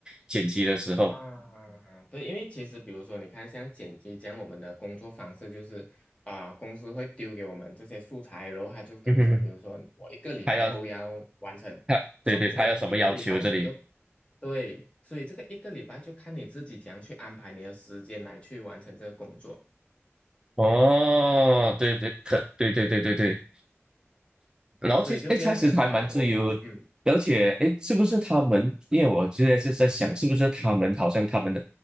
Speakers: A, on the right; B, on the left.
A: 剪辑的时候。
B: 啊，对，因为其实比如说，你看像剪辑这样，我们的工作方式就是啊、公司会丢给我们这些素材，然后他就跟你讲，
A: <laughs>
B: 比如说我一个礼拜后要完成，
A: 他要他对对，
B: 所以这个一个礼拜你就
A: 他要什么要求这里？
B: 对，所以这个一个礼拜就看你自己怎样去安排你的时间来去完成这个工作，
A: 哦，对对，可对对对对对。然后其实哎，
B: 所以就变成啊、
A: 开始还蛮自由而且哎，
B: 我嗯
A: 诶是不是他们？因为我现在是在想，是不是他们好像他们的